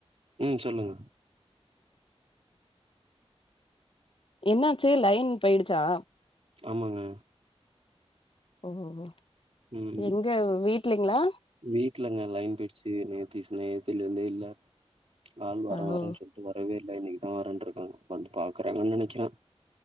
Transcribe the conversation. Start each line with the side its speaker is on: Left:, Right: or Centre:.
Right: ம் சொல்லுங்க
Left: என்னாச்சி லைன் போயிடுச்சா
Right: ஆமாங்க
Left: ஒ ஒ
Right: ம்
Left: எங்க வீட்லைங்ளா
Right: வீட்லங்க லைன் போயிடுச்சி நேதிஸ் நேத்தில இருந்து இல்ல ஆள் வரே
Left: ஓ
Right: வரேன் சொல் டு வரவே இல்ல இன்னைக்குதா வரேன் இருக்காங்க வந்து பாக்குறாங்குன் நெனைக்கிறே